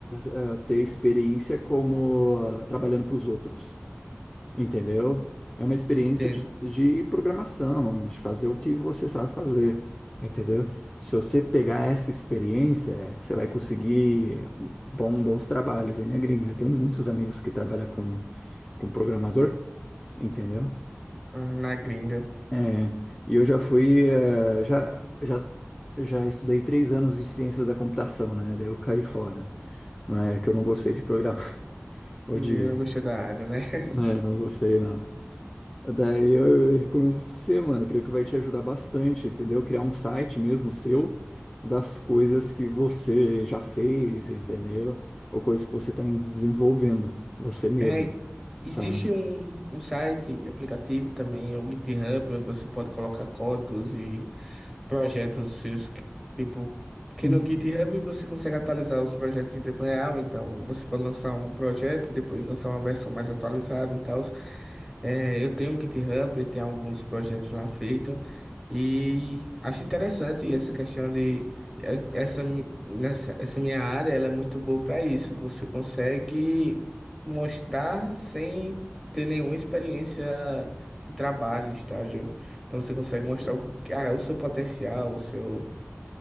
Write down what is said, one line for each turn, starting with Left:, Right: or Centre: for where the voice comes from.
Left: eh, eh, ter experiência como ah, trabalhando para os outros. Entendeu? É uma experiência
Centre: entendo.
Left: de, de programação, de fazer o que você sabe fazer, entendeu? Se você pegar essa experiência, é, você vai conseguir um bom- bons trabalhos aí na gringa. Eu tenho muitos amigos que trabalham com, com programador, entendeu?
Centre: Ah, Na gringa,
Left: É, e eu já fui, eh, já, já, já estudei três anos de ciências da computação, né? Daí eu caí fora, mas é que eu não gostei de programar, <laughs> odiei.
Centre: eu não gostei da área, né? <laughs>
Left: É, não gostei, não. Daí eu, eu recomendo pra você, mano. Creio que vai te ajudar bastante, entendeu? Criar um site mesmo seu das coisas que você já fez, entendeu? Ou coisas que você tá em- desenvolvendo, você mesmo,
Centre: É. Existe
Left: sabe?
Centre: um, um site e aplicativo também, é o GitHub, onde você pode colocar códigos e projetos seus, que, tipo, porque
Left: Uhum,
Centre: no GitHub você consegue atualizar os projetos em tempo real, então você pode lançar um projeto e depois lançar uma versão mais atualizada e tal. É, eu tenho um GitHub, eu tenho alguns projetos lá feitos e acho interessante essa questão de a- essa, mi- nessa, essa minha área, ela é muito boa para isso. Você consegue mostrar sem ter nenhuma experiência de trabalho, estágio. Então você consegue
Left: com
Centre: mostrar
Left: certeza.
Centre: o ah, o seu potencial, o seu.